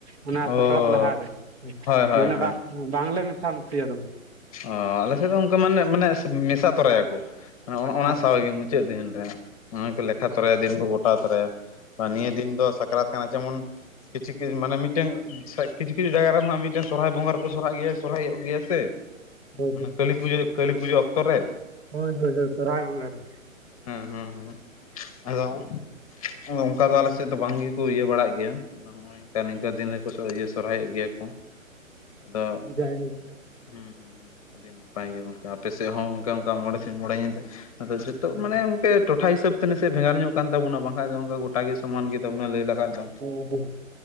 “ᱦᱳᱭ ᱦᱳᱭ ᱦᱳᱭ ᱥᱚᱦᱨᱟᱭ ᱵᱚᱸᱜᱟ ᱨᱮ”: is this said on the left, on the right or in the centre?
Right